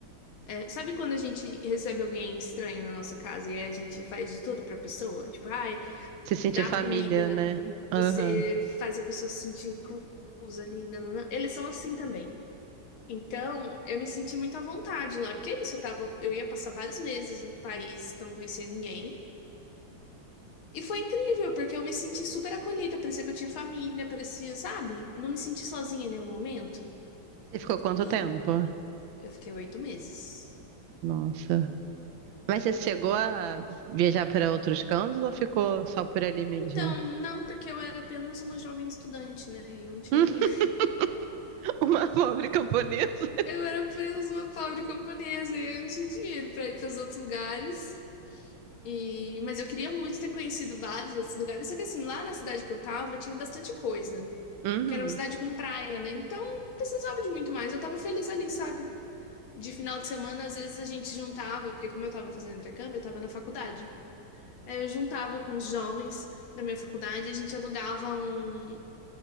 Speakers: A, on the left; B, on the right.
A: é, sabe quando a gente recebe alguém estranho na nossa casa e aí a gente faz de tudo pra pessoa? Tipo, ai,
B: Se
A: dá
B: sentir família,
A: comida,
B: né?
A: você
B: Aham.
A: faz a pessoa se sentir inclusa ali. nananã. Eles são assim também. Então, eu me senti muito à vontade lá, porque é isso, eu tava, eu ia passar vários meses num país que eu não conhecia ninguém. E foi incrível, porque eu me senti super acolhida, parecia que eu tinha família, parecia, sabe? Não me senti sozinha em nenhum momento.
B: Você ficou quanto
A: E
B: tempo?
A: eu fiquei oito meses.
B: Nossa. Mas você chegou a viajar para outros cantos ou ficou só por ali mesmo?
A: Então, não, porque eu era apenas uma jovem estudante, né? E eu não tinha
B: <laughs>
A: dinheiro. <laughs>
B: Uma pobre camponesa.
A: Eu era apenas uma pobre camponesa e eu não tinha dinheiro pra ir para os outros lugares. E... Mas eu queria muito ter conhecido vários outros lugares. Só que assim, lá na cidade que eu tava, tinha bastante coisa.
B: Uhum,
A: Porque era uma cidade com praia, né? Então não precisava de muito mais. Eu tava feliz ali, sabe? De final de semana, às vezes a gente juntava, porque como eu tava fazendo intercâmbio, eu tava na faculdade. Aí eu juntava com os jovens da minha faculdade, e a gente alugava um,